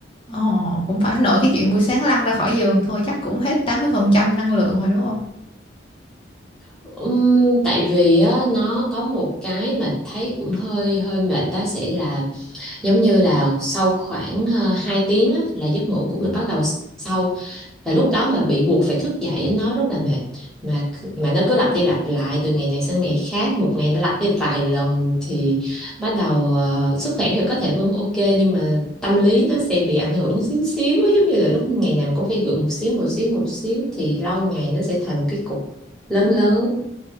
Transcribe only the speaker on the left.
Ồ, cũng phải nội cái chuyện buổi sáng lăn ra khỏi giường thôi chắc cũng hết 80% năng lượng rồi đúng không?
Ừ.